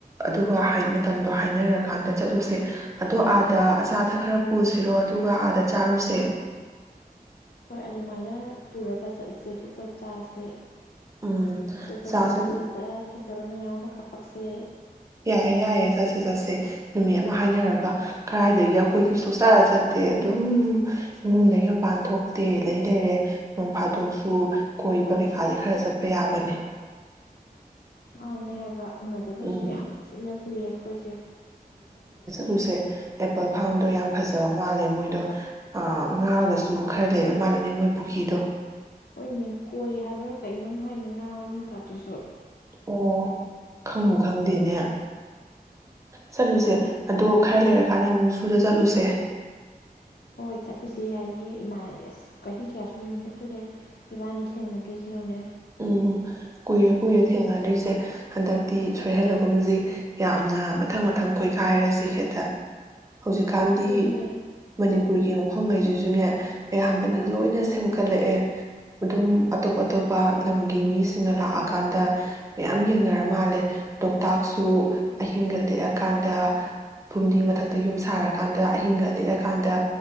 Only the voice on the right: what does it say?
ꯑꯗꯨꯒ ꯃꯇꯝꯗꯣ ꯍꯥꯏꯅꯔꯀꯥꯟꯗ ꯆꯠꯂꯨꯁꯦ ꯑꯗꯣ ꯑꯥꯗ ꯑꯆꯥ ꯑꯊꯛ ꯈꯔ ꯄꯨꯁꯤꯔꯣ ꯑꯗꯨꯒ ꯑꯥꯗ ꯆꯥꯔꯨꯁꯦ
ꯎꯝ
ꯆꯥꯁꯦ
ꯌꯥꯏꯌꯦ ꯌꯥꯏꯌꯦ ꯆꯠꯁꯦ ꯆꯠꯁꯦ ꯅꯨꯃꯤꯠ ꯑꯃ ꯍꯥꯏꯅꯔꯒ ꯀꯗꯥꯥꯏꯗꯒꯤ ꯑꯩꯈꯣꯏꯒꯤ ꯁꯨꯡꯆꯔ ꯆꯠꯇꯦ ꯑꯗꯨꯝ ꯏꯃꯨꯡꯗꯒꯤ ꯃꯄꯥꯟ ꯊꯣꯛꯇꯦ ꯂꯩ ꯂꯩꯔꯦ ꯅ ꯐꯥꯗꯣꯛꯁꯨ ꯀꯣꯏꯕ ꯀꯩꯀꯥꯗꯤ ꯈꯔ ꯆꯠꯄ ꯌꯥꯕꯅꯦ
ꯎꯝ
ꯂꯨꯁꯦ ꯑꯦꯄꯜ ꯐꯥꯔꯝꯗꯣ ꯌꯥꯝ ꯐꯖꯕ ꯃꯥꯜꯂꯦ ꯃꯣꯏꯗꯣ ꯉꯥꯒꯁꯨ ꯈꯔ ꯂꯩꯕ ꯃꯥꯜꯂꯤꯅꯦ ꯃꯣꯏ ꯄꯨꯈ꯭ꯔꯤꯗꯣ
ꯑꯣ ꯈꯉꯕꯨ ꯈꯉꯗꯦꯅꯦ ꯆꯠꯂꯨꯁꯦ ꯑꯗꯣ ꯈꯔ ꯂꯩꯔꯀꯥꯟꯗ ꯑꯃꯨꯛ ꯖꯨꯗ ꯆꯠꯂꯨꯁꯦ
ꯎꯝ ꯀꯨꯏꯔꯦ ꯀꯨꯏꯔꯦ ꯊꯦꯡꯅꯗ꯭ꯔꯤꯁꯦ ꯍꯟꯗꯛꯇꯤ ꯁꯣꯔꯍꯦꯜꯂꯒꯨꯝꯁꯤ ꯌꯥꯝꯅ ꯃꯊꯪ ꯃꯊꯪ ꯀꯣꯏꯈꯥꯏꯔꯁꯤ ꯍꯦꯛꯇ ꯍꯧꯖꯤꯛꯀꯥꯟꯗꯤ
ꯃꯅꯤꯄꯨꯔꯒꯤ ꯑꯈꯪꯉꯩꯁꯤꯁꯨꯅꯦ ꯑꯌꯥꯝꯕꯅ ꯂꯣꯏꯅ ꯁꯦꯝꯒꯠꯂꯛꯑꯦ ꯑꯗꯨꯝ ꯑꯇꯣꯞ ꯑꯇꯣꯞꯄ ꯂꯝꯒꯤ ꯃꯤꯁꯤꯡꯅ ꯂꯥꯛꯑꯀꯥꯟꯗ ꯃꯌꯥꯝ ꯌꯦꯡꯅꯔ ꯃꯥꯜꯂꯦ ꯂꯣꯛꯇꯥꯛꯁꯨ ꯑꯍꯤꯡꯒ ꯂꯦꯛꯑꯀꯥꯟꯗ ꯐꯨꯝꯗꯤ ꯃꯊꯛꯇ ꯌꯨꯝ ꯁꯥꯔꯀꯥꯟꯗ ꯑꯍꯤꯡꯒ ꯂꯦꯛꯑꯀꯥꯟꯗ